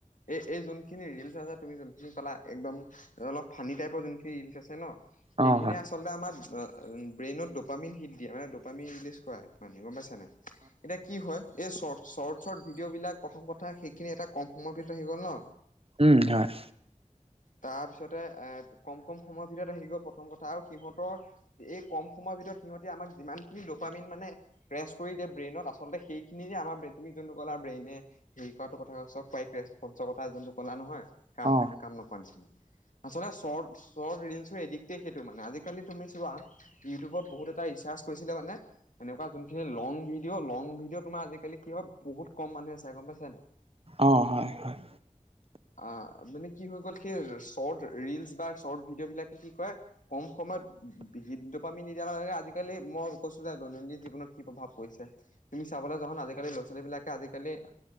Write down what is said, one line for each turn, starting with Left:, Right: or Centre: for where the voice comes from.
Left: এই এই যোনখিনি ৰিলচ আছে তুমি যোনখিনি পালা একদম অলপ ফানী টাইপৰ যোনখিনি ৰিলচ আছে ন সেইখিনিয়ে
Right: অ হয়
Left: আচলতে আমাৰ ব্ৰেইনত ডপামিন হিট দিয়ে মানে ৰি মানে গম পাইছা নাই এতিয়া কি হয় এই চ চৰ্ট চৰ্ট ভিডিঅ' বিলাক প্ৰথম কথা সেইখিনি এটা কম সময়ৰ ভিতৰত আহি গ'ল ন
Right: উম হয়।
Left: তাৰপিছতে এ কম কম সময়ৰ ভিতৰত আহি গ'ল প্ৰথম কথা আৰু সিহঁতৰ এই কম সময়ত- ভিতৰত সিহঁতি আমাক যিমানখিনি দপা মিন মানে প্ৰেছ কৰি দিয়ে ব্ৰেইনত আচলতে সেইখিন যে আমাৰ কলা ব্ৰেইনে হেৰি কৰাটো কথা চব পাইৰেৰ কথা যোনটো কলা নহয় কাম
Right: অ
Left: কৰ কাম নকৰা নিচিনা আচলতে চৰ্ট চৰ্ট ৰিলচো এডিক্টেই সেইটো মানে, আজিকালি তুমি চোৱা ইউটিউবত বহুত এটা ৰিচাৰ্চ কৰিছিলে মানে এনেকুৱা যোনখিনি লং ভিডিঅ', লং ভিডিঅ' তোমাৰ আজিকালি কি হয় বহুত ক'ম মানুহ আছে গ'ম পাইছা নে নাই?
Right: অ হয় হয়
Left: অ', মানে কি হৈ গ'ল সেই চৰ্ট ৰিলচ বা চৰ্ট ভিডিঅ' বিলাকে কি কৰে ক'ম সময়ত হৃদপামি নিদিয়া আজিকালি মই কৈছো যে দৈনন্দিন জীৱনত কি প্ৰভাৱ পৰিছে, তুমি চাবলৈ যোৱা আজিকালি ল'ৰা ছোৱালী বিলাক আজিকালি